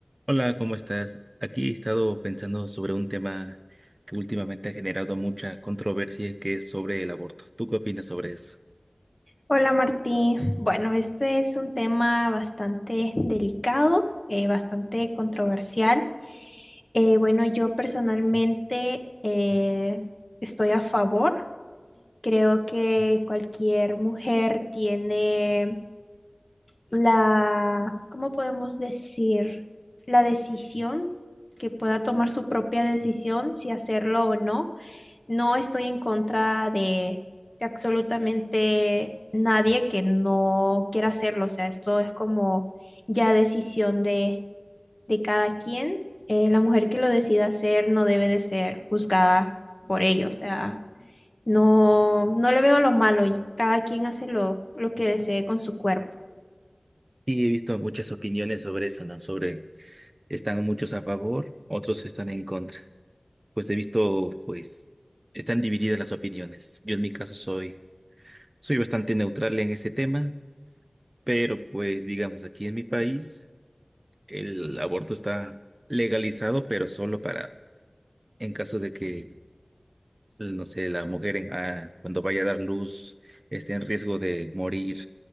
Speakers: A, on the right (about 35°); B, on the left (about 35°).
A: Hola, ¿cómo estás? Aquí he estado pensando sobre un tema que últimamente ha generado mucha controversia, que es sobre el aborto. ¿Tú qué opinas sobre eso?
B: Hola Martí. Bueno, este es un tema bastante delicado, eh, bastante controversial. Eh, bueno, yo personalmente eh, estoy a favor. Creo que cualquier mujer tiene la, ¿cómo podemos decir? La decisión, que pueda tomar su propia decisión si hacerlo o no. No estoy en contra de, de absolutamente nadie que no quiera hacerlo. O sea, esto es como ya decisión de, de cada quien. Eh, la mujer que lo decida hacer no debe de ser juzgada por ello. O sea, no, no le veo lo malo y cada quien hace lo, lo que desee con su cuerpo.
A: Sí, he visto muchas opiniones sobre eso, ¿no? Sobre están muchos a favor, otros están en contra. Pues he visto, pues, están divididas las opiniones. Yo en mi caso soy, soy bastante neutral en ese tema, pero pues digamos, aquí en mi país el aborto está legalizado, pero solo para en caso de que no sé, la mujer en- ah, cuando vaya a dar luz esté en riesgo de morir